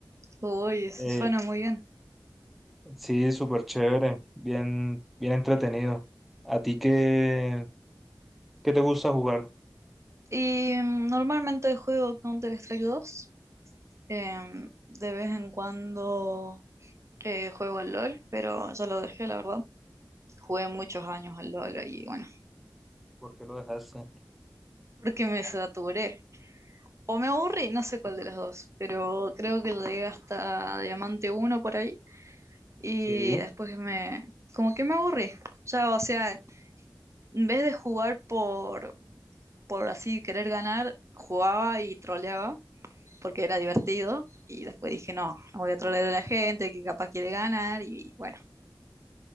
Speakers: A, on the right; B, in the centre.
A: Uy, eso
B: Eh,
A: suena muy bien.
B: sí, súper chévere, bien, bien entretenido. ¿A ti qué, qué te gusta jugar?
A: Y mm, normalmente juego Counter-Strike 2. em,
B: Ok,
A: de vez en cuando eh, juego al LOL, pero ya lo dejé, la verdad. Jugué muchos años al LOL y bueno,
B: ¿Por qué lo dejaste?
A: porque me saturé. O me aburrí, no sé cuál de los dos, pero creo que llegué hasta Diamante uno por ahí y
B: Sí,
A: después me... como que me aburrí. Ya, o sea, en vez de jugar por, por así querer ganar, jugaba y troleaba porque era divertido y después dije, no, no voy a trolear a la gente que capaz quiere ganar y bueno.